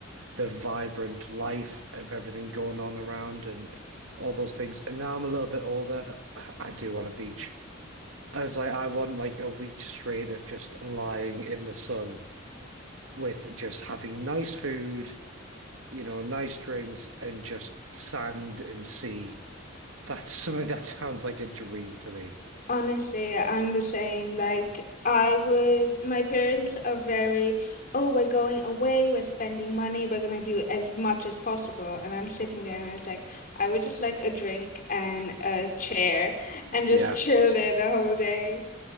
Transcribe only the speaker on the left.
Honestly, I'm the same. Like, I would, my parents are very, oh, we're going away, we're spending money, we're gonna do as much as possible. And I'm sitting there and I was like, I would just like a drink and a chair and just
chill there the whole day.